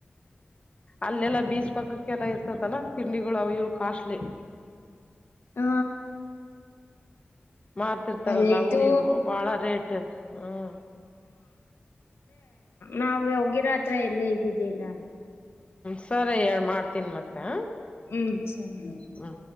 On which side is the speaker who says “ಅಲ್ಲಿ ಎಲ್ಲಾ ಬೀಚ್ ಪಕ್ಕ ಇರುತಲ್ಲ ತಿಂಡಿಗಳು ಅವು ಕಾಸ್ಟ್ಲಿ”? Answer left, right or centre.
Left